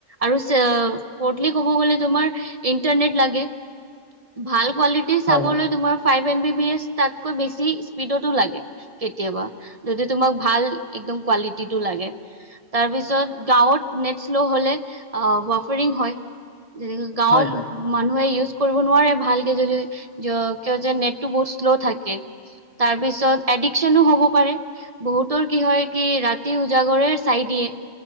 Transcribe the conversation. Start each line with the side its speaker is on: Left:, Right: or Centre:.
Right: আৰু ফৰ্থলী কব গলে তোমাৰ ইণ্টাৰনেট লাগে। ভাল কোৱালিটি চাবলৈ
Left: হয় হয়
Right: তোমাৰ five M B B S তাতকৈ বেছি স্পীডতো লাগে। কেতিয়াবা যদি তোমাক ভাল একদম কোৱালিটিটো লাগে। তাৰপিছত গাঁৱত নেট শ্ল' হ'লে ৱাফাৰিং হয়। যেনে গাঁৱত।
Left: হয় হয় হয়
Right: মানুহে ইউজ কৰিব নোৱাৰে, ভালকে যদি কিয় যে নেটটো বহুত শ্ল' থাকে তাৰপিছত এডিকচনো হ'ব পাৰে, বহুতৰ কি হয় কি ৰাতি উজাগৰে চাই দিয়ে।